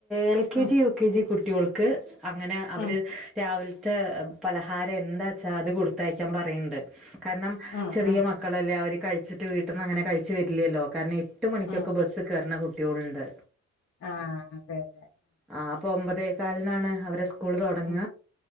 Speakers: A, in the centre; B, on the left (about 45°).
A: എൽ കെ
B: ഉം
A: ജി യു കെ ജി കുട്ടികൾക്ക് അങ്ങനെ അവര്
B: ഉം
A: രാവിലത്തെ പലഹാരം എന്താച്ചാ അത് കൊടുത്തയക്കാൻ പറയണ്ട് കാരണം
B: ഉം
A: ചെറിയ
B: ഉം
A: മക്കളല്ലേ അവർ കഴിച്ചിട്ട് വീട്ടിൽന്നങ്ങനെ കഴിചിട്ട് വരില്ലല്ലോ കാരണം ട്ട് മണിക്കൊക്കെ
B: ഉം
A: ബസ്സ് കയറുന്ന കുട്ടികളുണ്ട്
B: ആ അതെ ലെ
A: ആപ്പൊ ഒമ്പതേ കാലിനാണ് അവരെ സ്കൂള് തുടങ്ങ?
B: ഉം